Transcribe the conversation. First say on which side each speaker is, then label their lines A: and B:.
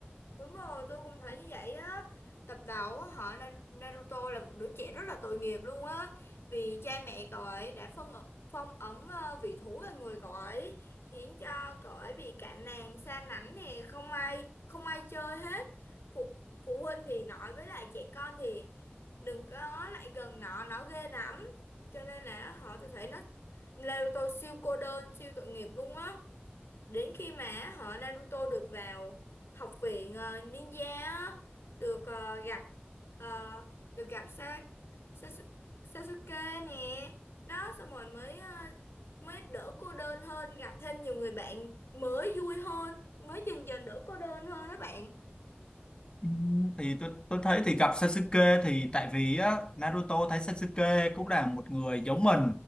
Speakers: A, on the left; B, on the left.
A: Đúng rồi, tôi cũng thấy như vậy á. Tập đầu á, họ Na- Naruto là một đứa trẻ rất là tội nghiệp luôn á. Vì cha mẹ cậu ấy đã phân phong ấn ờ, vị thú vào người cậu ấy, khiến cho cậu ấy bị cạn nàng, xa lánh nè, không ai không ai chơi hết. Phụ phụ huynh thì nói với lại trẻ con thì đừng có lại gần nó, nó ghê lắm. Cho nên là họ tôi thấy nó Naruto siêu cô đơn, siêu tội nghiệp luôn á đến khi mà họ Naruto được vào học viện ờ, ninja á, được ờ, gặp ờ, được gặp Sa Sasu- Sasuke nè đó xong rồi mới ờ, mới đỡ cô đơn hơn gặp thêm nhiều người bạn mới vui hơn mới dần dần đỡ cô đơn hơn đó bạn
B: Ừm, thì tôi tôi thấy thì gặp Sasuke thì tại vì á, Naruto thấy Sasuke cũng là một người giống mình